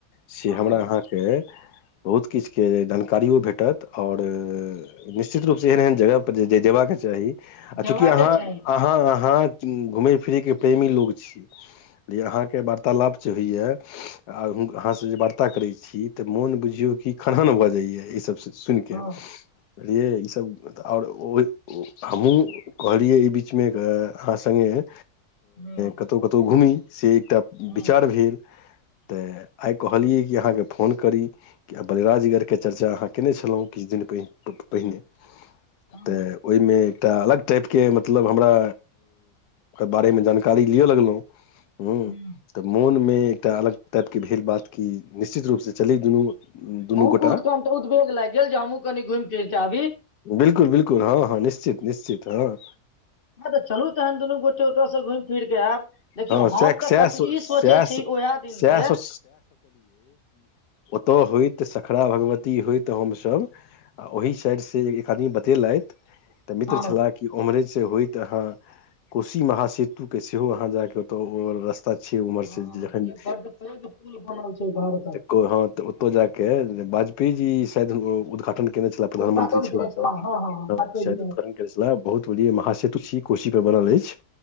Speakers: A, on the left; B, on the left.
A: से
B: हँ
A: हमरा अहाँके। बहुत किछु के। कारियो भेटत, और निश्चित रूप से एहन- एहन जगह पर जे जेयबाक चाही। आ
B: जेबाके
A: चूँकि अहाँ
B: चाही
A: अहाँ अहाँ घूमे फिरे के प्रेमी लोग छी ल अहाँ के वार्तालाप जे होइया आ अहाँ से जे वार्ता करे छी ते मोन बुझियो क खनहन भ जाया ई सबसे। सुन कऽ।
B: हँ
A: बुझलियै, ई सब आओर हमहुँ कहलियै ई बीच मे अहाँ संगे। अ
B: हँ
A: कत्तो- कतौ घुमी। से। एकटा
B: हँ
A: विचार भेल। तऽ आइ कहलियै, कि अहाँके फोन करी कि बलिराजगढ़ के चर्चा। जे अहाँ कयने छलहुँ किछु दिन पहि पहिने।
B: हँ
A: तऽ
B: हँ
A: ओहिमे। त अलग टाइपके मतलब हमरा बारे में जानकारी लिअ लगलहुँ। ह
B: हूँ
A: तऽ मोन में। एकटा अलग टाइप के भेल बात की निश्चित रूप से चली दुनू। दुनू
B: मुू
A: गोटा
B: कूत कम। उद्ववेग लागि गेल जे, हमहुँ कनी घुमि-फिर के आबी।
A: बिल्कुल बिल्कुल हँ हँ निश्चित- निश्चित हँ।
B: हँ तऽ चलू तेन दुनू गोटे ओतयसँ घूमि-फिरि कऽ आयब, देखियौ
A: हँ सएह
B: हम
A: सएह
B: तऽ कखन
A: सो-
B: ई
A: सएह
B: सोचै
A: सो-
B: छी उएह दिनसँ।
A: सएह सो- त होइत सखरा भगवती होइत हमसभ आ ओहि साइड। से एक आदमी बतेलैथि। तऽ मित्र
B: हँ
A: छलाह कि ओम्हरे। से होयइत अहाँ कोशी महासेतु के सेहो अहाँ जाके ओतऽ रस्ता। छै उम्हर
B: हँ
A: से जखन
B: ई बड्ड पैघ पुल बनल छै भारतक
A: हँ, त ओतऽ जाके बाज। पेजी शायद उद्धघाटन। केने छलाह प्रधानमंत्री
B: उद्घाटन
A: छलाह।
B: केने हँ हँ हँ,
A: ह
B: वाजपेयी
A: शायद
B: जी
A: उद्धघाटन केने छलाह, बहुत बड़ी महासेतु। कोशी पर बनल अछि।